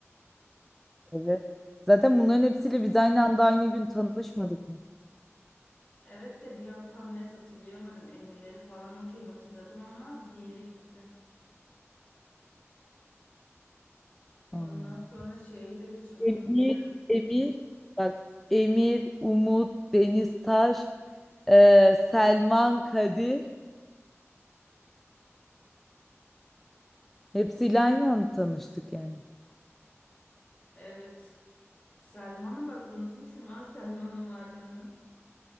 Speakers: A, in the centre; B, on the left.
A: Evet. Zaten bunların hepsiyle biz aynı anda aynı gün tanışmadık mı?
B: Evet de bir an tam net hatırlayamadım. Emirleri falan okey hatırladım ama diğeri gitti.
A: Anladım.
B: Ondan sonra şeyi de hiç unutmuyorum.
A: Emir, Emir, Bak Emir, Umut, Deniz Taş, eee, Selman, Kadir hepsiyle aynı anda tanıştık yani.
B: Evet. Selma'nı bak unutmuşum ha <laughs> Selman'ın varlığını.